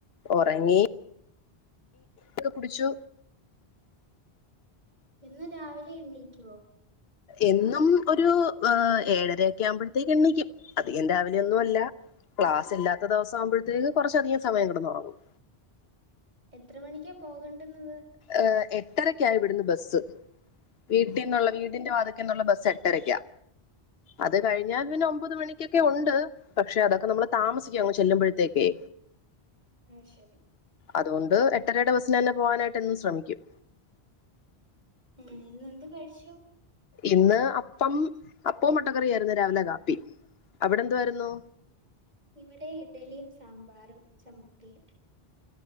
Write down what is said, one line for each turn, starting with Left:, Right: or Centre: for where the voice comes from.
Left: ഉറങ്ങിങ്ങ ഒക്കെ കുടിച്ചു
Right: എന്നും രാവിലെ എണ്ണീക്കുവോ
Left: എന്നും ഒരു ഏഹ് ഏഴരയക്കെ ആവുമ്പോഴത്തേക്ക് എണ്ണക്കും അധികം രാവിലെയ ഒന്നുമ അല്ല ക്ലാസ് ഇല്ലാത്ത ദിവസം ആവുമ്പോഴത്തേക്ക് കുറച്ച അധികം സമയം കെടന്നൊറങ്ങും
Right: എത്ര മണിക്കാ പോകണ്ടന്നത്
Left: ഏഹ് എട്ടരക്കായി ഇവിടന്ന് ബസ്സ് വീട്ടിൽന്നുള്ള
Right: ആഹ്
Left: വീടിന്റെ വാത ക്കെന്നുള്ള ബസ്സ് എട്ടരായ്ക്ക അത് കഴിഞ്ഞാൽ
Right: ഓഹ്
Left: പിന്നെ ഒമ്പത് മണിക്ക് ക്കെ ഉണ്ട് പക്ഷെ അതൊക്കെ നമ്മൾ താമസിക്കു അങ്ങ് ചെല്ലുമ്പോഴത്തേക്കേ
Right: ആ ശരി
Left: അതുകൊണ്ട് എട്ടരയുടെ ബസ്സിന് തന്നെ പോവാനായിട്ട് എന്നും ശ്രമിക്കും
Right: ഉം ഇന്നെന്ത് കഴിച്ചു
Left: ഇന്ന് അപ്പം അപ്പവും മുട്ടക്കറിയ ആയിരുന്നു രാവിലെ കാപ്പി അവിടെ എന്തുവായിരുന്നു
Right: ഇവിടെ ഇഡ്ഡലിയും സാമ്പാറും ചമ്മന്തിയും